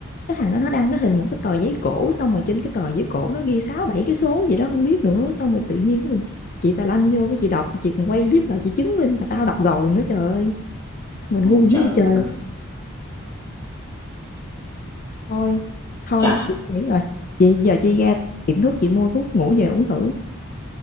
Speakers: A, on the left; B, on the left.
A: cái thằng đó nó đăng cái hình một cái tờ giấy cổ xong rồi trên cái tờ giấy cổ nó ghi sáu bảy cái số gì đó không biết nữa xong rồi tự nhiên cái mình chị ta lanh vô cái chị đọc chị còn quay clip lại chị chứng minh là tao đọc rồi nữa trời ơi mình
B: ôi
A: ngu dữ
B: trời
A: vậy trời
B: ơi
A: thôi thôi
B: chà
A: chị nghĩ rồi chị giờ chị ra tiệm thuốc chị mua thuốc ngủ về uống thử